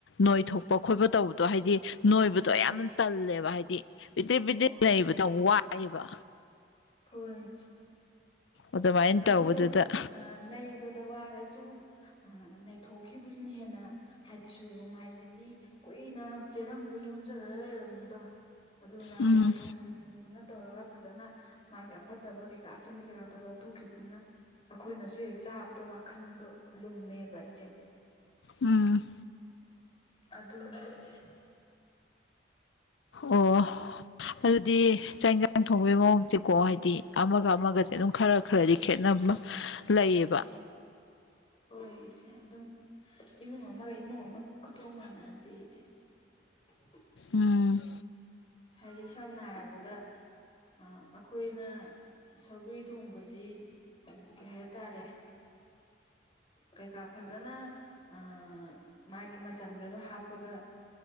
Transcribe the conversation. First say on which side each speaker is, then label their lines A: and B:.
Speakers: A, on the left; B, on the left.
A: ꯅꯣꯏ ꯊꯣꯛꯄ ꯈꯣꯠꯄ ꯇꯧꯕꯗꯣ ꯍꯥꯏꯗꯤ ꯅꯣꯏꯕꯗꯣ ꯌꯥꯝ ꯇꯜꯂꯦꯕ ꯍꯥꯏꯗꯤ ꯄꯤꯗꯤꯛ ꯄꯤꯗꯤꯛ
B: ꯑꯣ
A: ꯅꯩꯕꯗꯣ ꯋꯥꯏꯑꯦꯕ
B: ꯑꯣꯏ
A: ꯑꯗꯨꯃꯥꯏꯅ ꯇꯧꯕꯗꯨꯗ
B: ꯑꯗꯨ ꯅꯩꯕꯗ ꯋꯥꯔꯁꯨ ꯅꯩꯊꯣꯛꯈꯤꯕꯁꯤꯅ ꯍꯦꯟꯅ ꯍꯥꯏꯗꯤ ꯁꯣꯏꯕꯨꯝ ꯍꯥꯏꯁꯤꯗꯤ ꯀꯨꯏꯅ ꯆꯦꯔꯪꯗꯨꯗ ꯌꯣꯝꯖꯔꯒ ꯂꯩꯔꯕꯅꯤꯗꯣ ꯑꯗꯨꯅ
A: ꯎꯝ
B: ꯍꯥꯏꯗꯤ ꯊꯨꯝꯗꯨꯅ ꯇꯧꯔꯒ ꯐꯖꯅ ꯃꯥꯒꯤ ꯑꯐꯠꯇꯕ ꯀꯩꯀꯥ ꯑꯁꯤꯟꯕ ꯀꯩꯀꯥ ꯇꯣꯂꯧ ꯊꯣꯛꯈꯤꯕꯗꯨꯅ ꯑꯩꯈꯣꯏꯅꯁꯨ ꯍꯦꯛ ꯆꯥꯕꯗ ꯋꯥꯈꯟꯗꯣ ꯂꯨꯝꯃꯦꯕ ꯑꯩꯁꯦ
A: ꯎꯝ
B: ꯑꯗꯨ ꯂꯣꯏꯁꯦ
A: ꯑꯣ ꯑꯗꯨꯗꯤ ꯆꯥꯛꯁꯥꯡ ꯊꯣꯡꯕꯒꯤ ꯃꯑꯣꯡꯁꯦꯀꯣ ꯍꯥꯏꯗꯤ ꯑꯃꯒ ꯑꯃꯒꯁꯦ ꯑꯗꯨꯝ ꯈꯔ ꯈꯔꯗꯤ ꯈꯦꯠꯅꯕ ꯂꯩꯌꯦꯕ
B: ꯍꯣꯏ ꯏꯆꯦ ꯑꯗꯨꯝ ꯏꯃꯨꯡ ꯑꯃꯒ ꯏꯃꯨꯡ ꯑꯃꯒ ꯈꯨꯇꯣꯡ ꯃꯥꯟꯅꯗꯦ ꯏꯆꯦ <inaudible>
A: ꯎꯝ
B: ꯍꯥꯏꯗꯤ ꯁꯝꯅ ꯍꯥꯏꯔꯕꯗ ꯑꯩꯈꯣꯏꯅ ꯁꯧꯒ꯭ꯔꯤ ꯊꯣꯡꯕꯁꯤ ꯀꯩ ꯍꯥꯏꯇꯥꯔꯦ ꯀꯩꯀꯥ ꯐꯖꯅ ꯑꯥ ꯃꯥꯒꯤ ꯃꯆꯟꯒꯗꯣ ꯍꯥꯞꯄꯒ